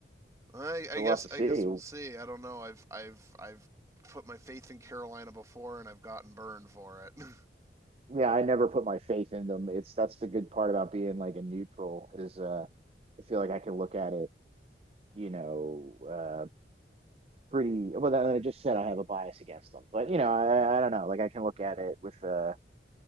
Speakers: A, on the right; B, on the right.
A: I,
B: So
A: I guess
B: we'll have to see.
A: I guess we'll see. I don't know. I've I've I've put my faith in Carolina before, and I've gotten burned for it. <laughs> I
B: Yeah, I never put my faith in them. It's that's the good part about being like a neutral is uh, I feel like I can look at it, you know, uh, pretty well. Then I just said I have a bias against them, but you know, I, I don't know. Like I can look at it with uh,